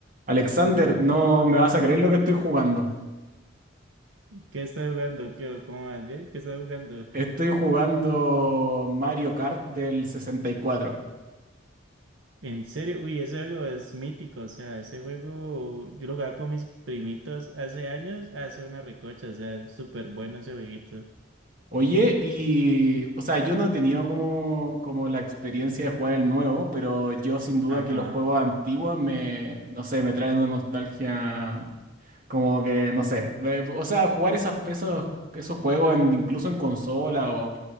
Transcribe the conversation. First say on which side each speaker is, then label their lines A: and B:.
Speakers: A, on the right; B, on the right.
A: Alexander, no me vas a creer lo que estoy jugando.
B: ¿Qué estás jugando? ¿Qué? o? ¿Cómo vas? ¿Bien? ¿Qué estás jugando? <laughs>
A: Estoy jugando Mario Kart del sesenta y cuatro.
B: En serio, uy, ese juego es mítico, o sea, ese juego yo lo jugaba con mis primitos hace años, hace una recocha, o sea, es súper bueno ese jueguito.
A: Oye, y, o sea, yo no he tenido como, como la experiencia de jugar el nuevo, pero yo sin duda
B: Ajá.
A: que los juegos antiguos me, no sé, me traen una nostalgia como que, no sé, ve- o sea, jugar esas, esos, esos juegos en- incluso en consola o,